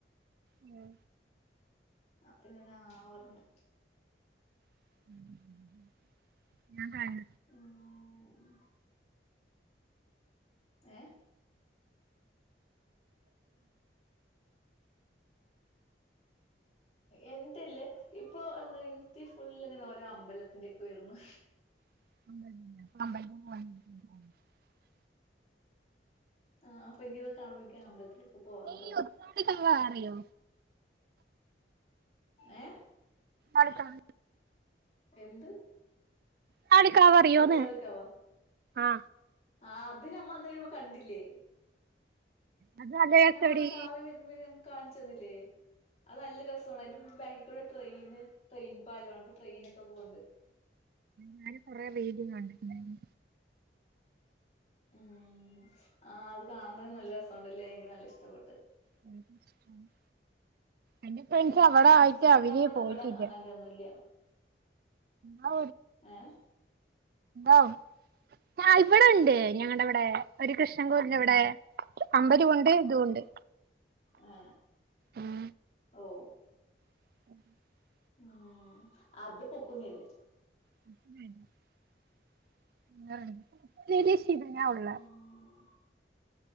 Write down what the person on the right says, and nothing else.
ഉം
<unintelligible>
<unintelligible>
നീ
ഉത്രാടി കവ അറിയോ
അടുക്കണ
<unintelligible> വറിയോന്ന്
ആ
അത് നല്ല രസടി
ഞാന് കൊറെ <unintelligible> കണ്ടിരുന്നു
<unintelligible> എൻ്റെ ഫ്രണ്ട്സ്
അവിടെ ആയിട്ട് അവര്
പോയിട്ടില്ല
ഔ
ഔ ഞ ഇവിടെ ഉണ്ട് ഞങ്ങള ഇവിടെ ഒരു കൃഷ്ണൻകൂടിന്
ഇവിടെ അമ്പലവുണ്ട് ഇതുണ്ട്
ഉം
<unintelligible>
<unintelligible> ശിവനാ ഉള്ള